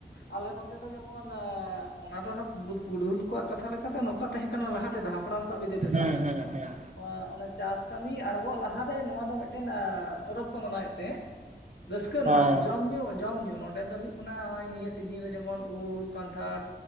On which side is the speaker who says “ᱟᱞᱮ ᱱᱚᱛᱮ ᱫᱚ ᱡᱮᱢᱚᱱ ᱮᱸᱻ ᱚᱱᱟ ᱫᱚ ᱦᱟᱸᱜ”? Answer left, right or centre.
Left